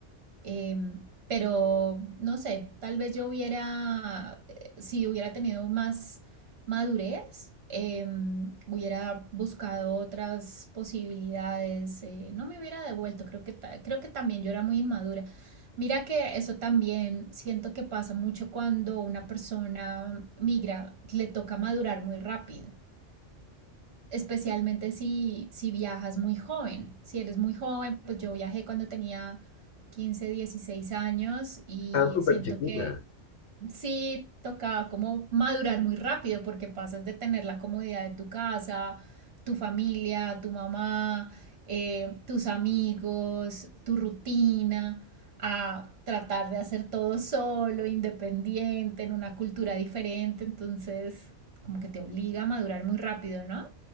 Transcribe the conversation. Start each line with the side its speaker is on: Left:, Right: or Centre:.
Right: Em, pero no sé, tal vez yo hubiera, eh, si hubiera tenido más madurez, em, hubiera buscado otras posibilidades, eh, no me hubiera devuelto, creo que, ta- creo que también yo era muy inmadura. Mira que eso también siento que pasa mucho cuando una persona migra, le toca madurar muy rápido especialmente si, si viajas muy joven. Si eres muy joven, pues yo viajé cuando tenía 15 16 años y
Left: Estaba súper
Right: siento
Left: chiquita.
Right: que sí tocaba como madurar muy rápido porque pasas de tener la comodidad de tu casa, tu familia, tu mamá, eh, tus amigos, tu rutina, a tratar de hacer todo solo, independiente, en una cultura diferente. Entonces, como que te obliga a madurar muy rápido, ¿no?